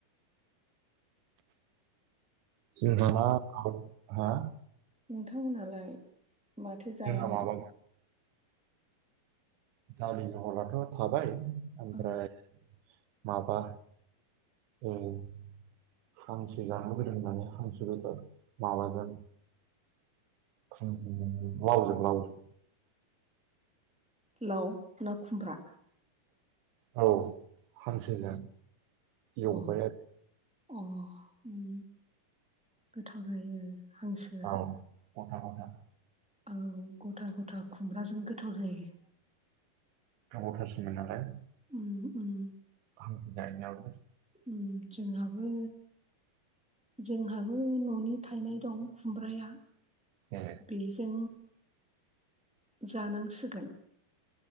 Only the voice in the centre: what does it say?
नोंथांमोनहालाय माथो जायामोन?
औ
लाव ना खुमब्रा?
अ
अ उम गोथाव जायो। हांसोआ
औ गथा गथा खुमब्राजों गोथाव जायो।
उम उम
उम जोंहाबो जोंहाबो न'नि थायनाय दं खुमब्राया।
बेजों जानांसिगोन।